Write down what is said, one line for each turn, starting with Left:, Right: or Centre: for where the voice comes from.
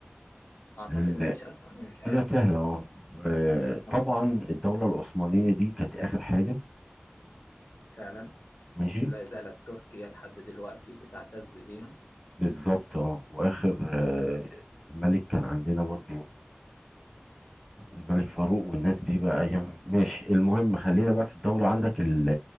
Left: أعتقد
Centre: ال-
Left: ما فيش أسهل من كده
Centre: لا سهلة اه آه،
Left: آه
Centre: طبعا الدولة العثمانية دي كانت آخر حاجة
Left: فعلا
Centre: ماشي
Left: لا زالت تركيا لحد دلوقتي بتعتز بيها
Centre: بالظبط اه وآخر آه، ملك كان عندنا برضو الملك فاروق والناس دي بقى أيام ماشي المهم خلينا بقى في الدولة عندك ال-